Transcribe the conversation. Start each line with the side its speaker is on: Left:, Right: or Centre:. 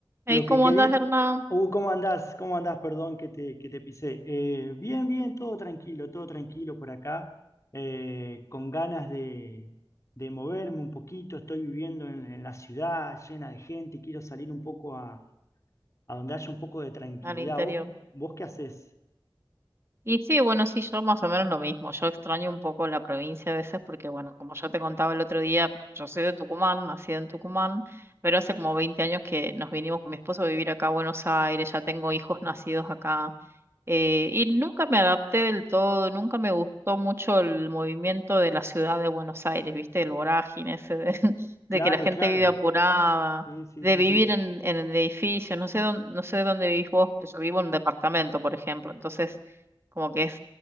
Right: Ahí
Left: Lo
Right: ¿cómo
Left: que quería.
Right: andas, Hernán?
Left: Uh, ¿cómo andás? ¿Cómo andás? Perdón que te, que te pisé. Eh, bien, bien, todo tranquilo, todo tranquilo por acá. Eh, con ganas de, de moverme un poquito. Estoy viviendo en, en la ciudad llena de gente. Quiero salir un poco a, a donde haya un poco de tranquilidad.
Right: Al interior.
Left: ¿Vos, vos qué haces?
Right: Y sí, bueno, sí, yo más o menos lo mismo. Yo extraño un poco la provincia a veces porque, bueno, como yo te contaba el otro día, yo soy de Tucumán, nacida en Tucumán, pero hace como 20 años que nos vinimos con mi esposo a vivir acá a Buenos Aires, ya tengo hijos nacidos acá. eh, y nunca me adapté del todo, nunca me gustó mucho el movimiento de la ciudad de Buenos Aires, ¿viste? El vorágine ese de, <laughs> de
Left: Claro,
Right: que la gente
Left: claro.
Right: vive apurada,
Left: Sí, sí,
Right: de
Left: sí,
Right: vivir
Left: sí.
Right: en, en el edificio, no sé dónde, no sé dónde vivís vos, pero yo vivo en un departamento, por ejemplo, entonces como que es,